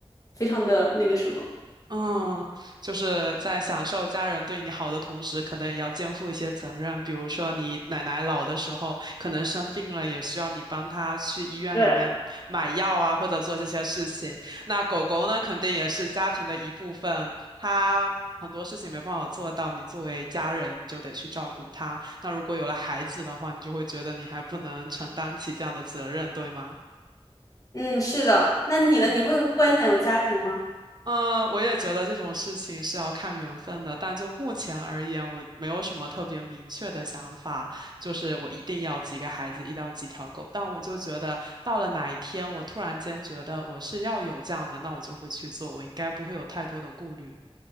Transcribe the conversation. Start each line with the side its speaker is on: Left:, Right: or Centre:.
Left: 非常的那个什么。
Right: 嗯，就是在享受家人对你好的同时，可能也要肩负一些责任。比如说，你奶奶老的时候，可能生病了，也需要你帮她去医院里面买药啊，
Left: 对。
Right: 或者做这些事情。那狗狗呢，肯定也是家庭的一部分，它很多事情没办法做到，你作为家人，你就得去照顾它。那如果有了孩子的话，你就会觉得你还不能承担起这样的责任，对吗？
Left: 嗯，是的。那你呢？
Right: 嗯。
Left: 你会幻想有家庭吗？
Right: 嗯，我也觉得这种事情是要看缘分的，但就目前而言，我没有什么特别明确的想法，就是我一定要几个孩子，一到几条狗。但我就觉得，到了哪一天，我突然间觉得我是要有这样的，那我就会去做，我应该不会有太多的顾虑。